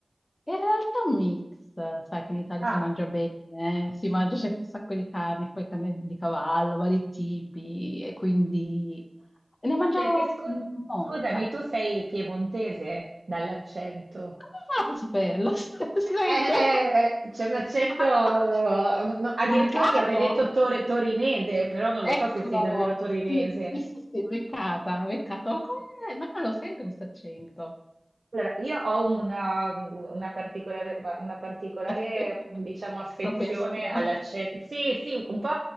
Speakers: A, on the left (about 55°); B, on the right (about 80°).
A: in realtà un mix, sai che in Italia
B: Ah,
A: si mangia bene, si mangia c'è un sacco di carne, poi carne di cavallo, vari tipi, e quindi ne mangiavo
B: perché scu-
A: m- molta.
B: scusami, tu sei piemontese dall'accento.
A: Come fate a saperlo? <laughs> Si Sente?
B: Eh, c'è un accento, no,
A: <laughs>
B: addirittura
A: Marcato?
B: ti avrei detto tor- torinese, però non
A: Eccolo!
B: lo so se sei davvero torinese.
A: Sì, sì, sì, sì, beccata, beccata. Ma come? No, non lo sento questo accento.
B: Allora, io ho una, una particolare, una particolare,
A: <laughs>
B: diciamo, affezione
A: Propensione.
B: all'accento. Sì, sì, un po'